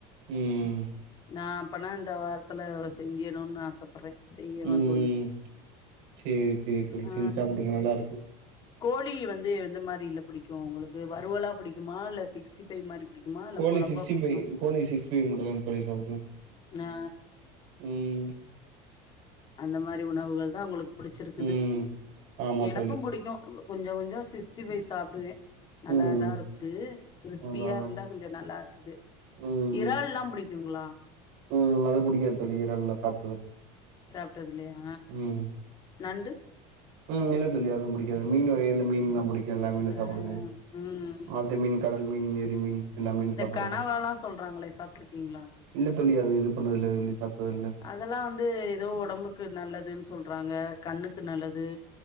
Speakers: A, on the right; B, on the left.
A: ம்
B: நா அப்பனா இந்த வாரத்ல செஞ்சிர்ணுனு ஆசப்பட்றே செய்யணு
A: ம்
B: தோழி
A: சேரி சேரி தோழி
B: ஆ
A: செஞ்சி சாப்ட்டுக்க நல்லாருக்கு
B: கோழி வந்து எந்த மாரில்ல புடிக்கு உங்ளுக்கு வருவலா புடிக்குமா இல்ல சிக்ஸ்டி ஃபைவ் மாரி புடிக்குமா இல்ல
A: கோழி
B: கொழம்பா
A: சிக்ஸ்டி
B: புடிக்குமா
A: ஃபைவ் கோழி சிக்ஸ்டி ஃபைவ் மட்டுதாங் தோழி சாப்டுவே
B: ஆ
A: ம்
B: அந்த மாரி உணவுகள் தா உங்களுக்கு புடிச்சிருக்குது
A: ம் ஆமா
B: எனக்கு
A: தோழி
B: புடிக்கு கொஞ்ச கொஞ்சோ சிக்ஸ்டி ஃபை சாப்ட்டுவே நல்லாதா
A: ம்
B: இருக்குது க்ரிஸ்பியா
A: அதா அதா
B: இருந்தா கொஞ்ச நல்லா இருக்குது
A: ம்
B: இறால்லா புடிக்குங்களா
A: ம் அது புடிக்காத் தோழி இறால்லா சாப்ட்டது இல்ல
B: சாப்டது இல்லையா
A: ம்
B: நண்டு
A: ம் இல்ல தோழி அது புடிக்காது மீன் வகையெல்லா மீன்லா புடிக்கு எல்லா மீனு
B: ஆ
A: சாப்டுவே
B: ம்
A: ஆத்து மீன் கடல் ல் மீன் ஏரி மீன் எல்லா மீன்
B: இந்த
A: சாப்புடுறது
B: கனவாலா சொல்றாங்ளே சாப்ட்ருக்கீங்ளா
A: இல்ல தோழி அது இது பண்ணத் இல்ல தோழி சாப்ட்டத்தில்ல
B: அதெல்லா வந்து எதோ ஒடம்புக்கு நல்லதுன் சொல்றாங்க கண்ணுக்கு நல்லது